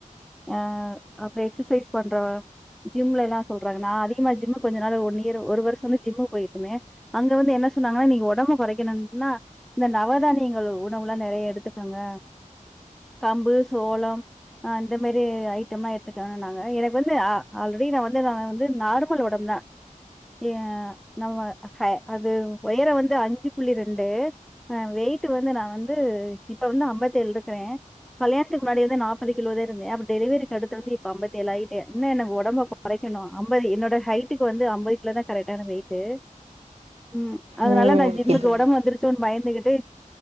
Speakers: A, in the centre; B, on the right (about 50°).
A: அ அப்ற எக்சசைஸ் பண்ற ஜிம்ல எல்லாம் சொல்றாங்க நா அதிகமா ஜிம்மு கொஞ்ச நாள் ஒன்ன இயர் ஒரு வருஷம் வந்து ஜிம்முக்கு போயிட்டு இருந்தேன் அங்க வந்து என்ன சொன்னாங்கா நீங்க உடம்பு குறைக்கனுனா இந்த நவதானியங்கள் உ ரொம்ப நெறய எடுக்குதுகுங்க கம்பு சோளம் ஆஹ் இந்த மேரி ஐட்டமா எடுத்துக்கணுனாங்க எனக்கு வந்து அஹ் ஆல்ரெடி நா வந்து நா வந்து நார்மல் ஒடம்புதா ஏ நா வ ஹை ஒயரம் வந்து அஞ்சு புள்ளி ரெண்டு வெய்ட்டு வந்து நா ந்து இப்ப வந்துஅம்பத்தேழு இருக்கற கல்யாணத்துக்கு முன்னாடி வந்து நாப்பது கிலோதா இருந்தே அப்ப டெலிவரிக்கு அடுத்து வந்து இப்ப ஐம்பத்தேழு ஆயிட்டே இன்ன எனக்கு ஒடம்ப கொறைக்கணு மஅம்பது என்னோட ஹைட்டுக்கு வந்து ஐம்பது கிலோதா கரெக்டான வெயிட்டு உம் அதனால
B: ம்
A: நான்
B: ஓகே
A: ஜிம்முக்கு
B: தோழி
A: ஒடம்பு வந்துரு சூன் பயந்துகிட்டு